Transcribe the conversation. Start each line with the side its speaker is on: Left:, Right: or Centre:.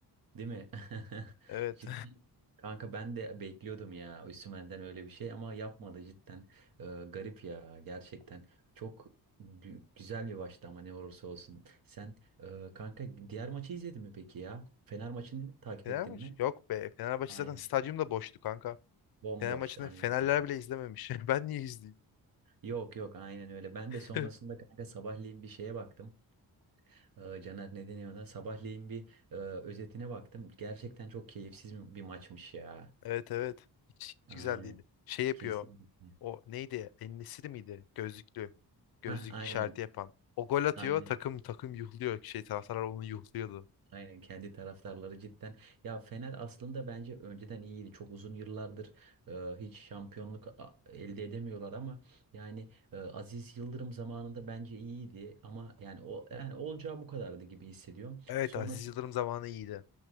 Right: Değil mi? <laughs>
Left: Evet.
Right: Cidden. Kanka ben de bekliyordum ya Osimhen'den öyle bir şey ama yapmadı cidden. Ee, garip ya gerçekten. Çok gü- güzel bir maçtı ama ne olursa olsun. Sen e, kanka diğer maçı izledin mi peki ya? Fener maçını
Left: <laughs>
Right: takip
Left: Fenerbahçe?
Right: ettin mi?
Left: Yok be. Fenerbahçe
Right: Aynen.
Left: zaten stadyum da boştu kanka.
Right: Bomboştu
Left: Fener maçını
Right: aynen
Left: Fenerler
Right: öyle.
Left: bile izlememiş. <laughs> Ben niye izleyeyim?
Right: Yok yok aynen öyle. Ben de
Left: <laughs>
Right: sonrasında kanka sabahleyin bir şeye baktım. Ee, Caner ne deniyor ona? Sabahleyin bir e, özetine baktım. Gerçekten çok keyifsiz bir maçmış ya.
Left: Evet evet. Hiç, hiç
Right: Aynen.
Left: güzel değildi. Şey yapıyor.
Right: Kesinlikle.
Left: O neydi? Ennesiri miydi? Gözlüklü. Gözlük
Right: Heh, aynen,
Left: işareti yapan. O gol atıyor.
Right: aynen,
Left: Takım takım yuhluyor. Şey taraftarlar onu yuhluyordu.
Right: aynen kendi taraftarları cidden. Ya Fener aslında bence önceden iyiydi. Çok uzun yıllardır e, hiç şampiyonluk a- elde edemiyorlar ama yani e, Aziz Yıldırım zamanında bence iyiydi ama yani o yani olacağı bu kadardı gibi hissediyorum.
Left: Evet
Right: Sonra.
Left: Aziz Yıldırım zamanı iyiydi.